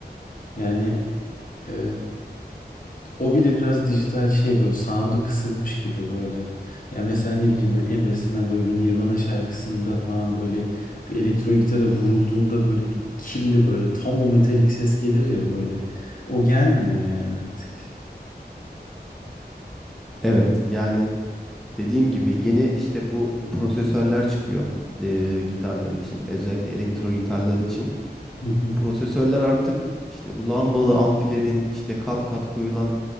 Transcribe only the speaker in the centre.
Evet yani dediğim gibi yeni işte bu prosesörler çıkıyor eee, gitarlar için özellikle elektro gitarlar için.
Prosesörler artık işte bu lambalı amfilerin işte kat kat koyulan